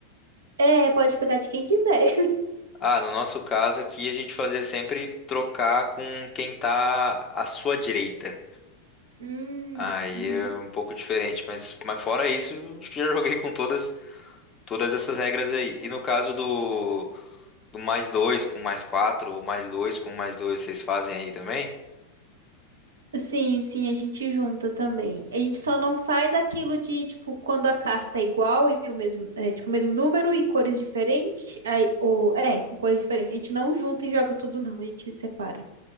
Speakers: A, on the right; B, on the left.
A: É, pode pegar de quem quiser.
B: Ah, no nosso caso aqui a gente fazia sempre trocar com quem tá à sua direita.
A: Hum,
B: Aí
A: uhum.
B: é um pouco diferente, mas, mas fora isso, acho que já joguei com todas, todas essas regras aí. E no caso do Do mais dois com mais quatro, ou mais dois com mais dois, vocês fazem aí também?
A: Sim, sim, a gente junta também. A gente só não faz aquilo de, tipo, quando a carta é igual e o mesmo, é, tipo, o mesmo número e cores diferentes, aí, ou, é, com cores diferentes. A gente não junta e joga tudo, não. A gente separa.